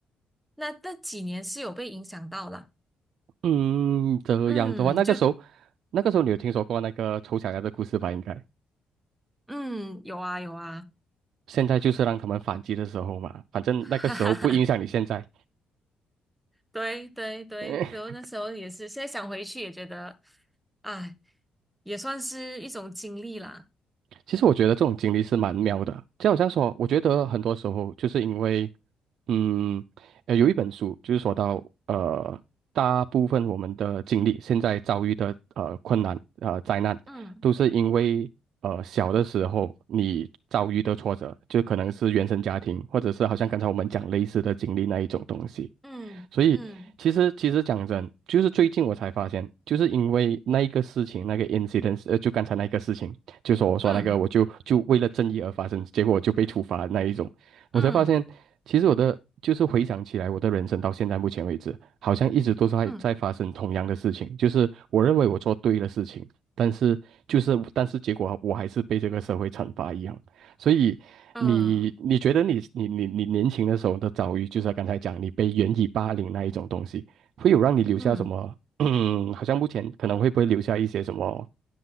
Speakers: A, in the centre; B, on the right.
A: 那那几年是有被影响到啦，
B: 嗯，这样的话，
A: 嗯，
B: 那个时候，
A: 就
B: 那个时候你有听说过那个丑小鸭的故事吧？应该，
A: 嗯有啊有啊，
B: 现在就是让他们反击的时候嘛，反正那个时候不影响你现在。
A: <laughs> 哈哈哈。对对对，
B: <laughs>
A: 然后那时候也是，现在想回去也觉得，哎，也算是一种经历啦。
B: 其实我觉得这种经历是蛮妙的，就好像说，我觉得很多时候就是因为，嗯，呃，有一本书就是说到，呃，大部分我们的经历，现在遭遇的呃困难、呃灾难，
A: 嗯
B: 都是因为呃小的时候你遭遇的挫折，就可能是原生家庭，或者是好像刚才我们讲类似的经历那一种东西。
A: 嗯嗯
B: 所以其实其实讲真，就是最近我才发现，就是因为那一个事情，那个 incident，呃，就刚才那个事情，就说我说那个，
A: 嗯
B: 我就就为了正义而发生，结果我就被处罚那一种，我才发现，
A: 嗯
B: 其实我的就是回想起来，我的人生到现在目前为止，好像一直都是在在发生同样的事情，
A: 嗯
B: 就是我认为我做对了事情，但是就是但是结果我还是被这个社会惩罚一样。所以你你觉得你你你你年轻的时候的遭遇，
A: 嗯嗯
B: 就是刚才讲你被原以霸凌那一种东西，会有让你留下什么？
A: 嗯。
B: <clears throat> 嗯，好像目前可能会不会留下一些什么？